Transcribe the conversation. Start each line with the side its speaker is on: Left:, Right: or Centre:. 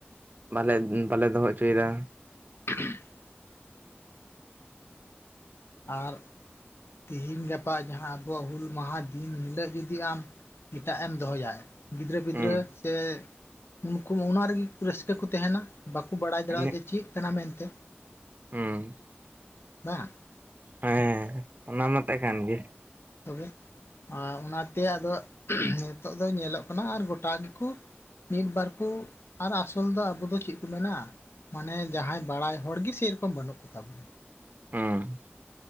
Right: ᱵᱟᱞᱮ ᱵᱟᱞᱮ ᱫᱚᱦᱚ ᱚᱪᱚᱭ ᱫᱟ᱾
Left: <unintelligible> ᱟᱨ ᱛᱤᱦᱤᱧ ᱜᱟᱯᱟ ᱡᱟᱦᱟᱸ ᱟᱵᱚᱣᱟᱜ ᱦᱩᱞ ᱢᱟᱦᱟ ᱫᱤᱱ ᱦᱤᱞᱳᱜ ᱡᱩᱫᱤ ᱟᱢ ᱮᱴᱟᱜ ᱮᱢ ᱫᱚᱦᱚᱭᱟ ᱜᱤᱫᱽᱨᱟᱹ ᱯᱤᱫᱽᱨᱟᱹ
Right: ᱦᱩᱸ
Left: ᱪᱮ ᱩᱱᱠᱩ ᱚᱱᱟ ᱨᱮᱜᱮ ᱨᱟᱹᱥᱠᱟᱹ ᱠᱚ ᱛᱟᱦᱮᱱᱟ ᱵᱟᱠᱳ ᱵᱟᱲᱟᱭ ᱫᱟᱲᱮᱭᱟᱜᱼᱟ
Right: ᱤᱱᱟᱹᱜ
Left: ᱡᱮ ᱪᱮᱫ ᱠᱟᱱᱟ ᱢᱮᱱᱛᱮ
Right: ᱦᱩᱸ
Left: ᱵᱟ
Right: ᱦᱮᱸ ᱚᱱᱟ ᱢᱟᱛᱚ ᱠᱟᱱ ᱜᱮ
Left: ᱛᱚᱵᱮ ᱟᱸ ᱚᱱᱟᱛᱮ ᱟᱫᱚ ᱱᱤᱛᱚᱜ ᱫᱚ ᱧᱮᱞᱚᱜ ᱠᱟᱱᱟ ᱟᱨ ᱜᱚᱴᱟ ᱜᱮᱠᱚ ᱢᱤᱫ ᱵᱟᱨ ᱠᱩ ᱟᱨ ᱟᱥᱚᱞ ᱫᱚ ᱟᱵᱚ ᱫᱚ ᱪᱮᱫ ᱠᱚ ᱢᱮᱱᱟ ᱢᱟᱱᱮ ᱡᱟᱦᱟᱸᱭ ᱵᱟᱲᱟᱭ ᱦᱚᱲ ᱜᱮ ᱥᱮᱨᱚᱠᱚᱢ ᱵᱟᱹᱱᱩᱜ ᱠᱚ ᱛᱟᱵᱚᱱᱟ᱾
Right: ᱚᱸ